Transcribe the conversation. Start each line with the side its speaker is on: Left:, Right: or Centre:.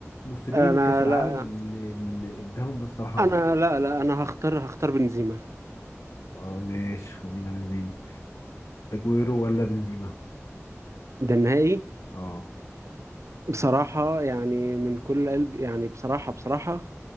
Left: آه، موسمين
Right: انا
Left: كأس العالم
Right: لا
Left: اللي اللي اداهم ده الصراحة
Right: انا لا لا انا هختار هختار بنزيما
Left: اه ماشي خلينا بنزيما اجويرو ولا بنزيما
Right: ده النهائي
Left: اه
Right: بصراحة يعني من كل قلب يعني بصراحة بصراحة